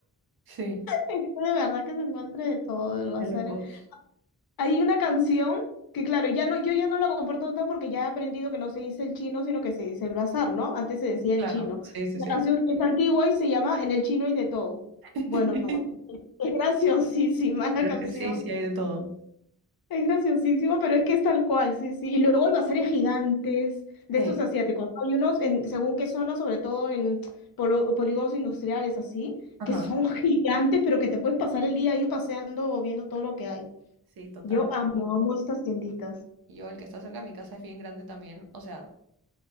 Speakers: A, on the right (about 80°); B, on the left (about 75°).
A: Sí,
B: Es que De verdad que se encuentra de todo, lo
A: de
B: va a hacer.
A: locos.
B: Hay una canción que, claro, ya no, yo ya no la comparto tanto porque ya he aprendido que no se dice el chino, sino que se dice el bazar, ¿no? Antes se decía
A: Claro,
B: el chino.
A: sí, sí,
B: La
A: sí.
B: canción es antigua y se llama En el chino y de todo.
A: <laughs>
B: Bueno, bueno. Es <laughs> graciosísima la
A: Pero
B: canción.
A: es que sí, sí hay de todo.
B: Es graciosísimo, pero es que es tal cual, sí, sí. Y luego hay baseres gigantes de
A: Sí,
B: estos asiáticos. ¿no? Hay unos, en, según qué zona, sobre todo en polo- polígonos industriales, así,
A: ajá.
B: que son <laughs> gigantes, pero que te puedes pasar el día ahí paseando o viendo todo lo que hay.
A: Sí, total.
B: Yo amo, amo estas tienditas.
A: Y yo, el que está cerca de mi casa es bien grande también. O sea,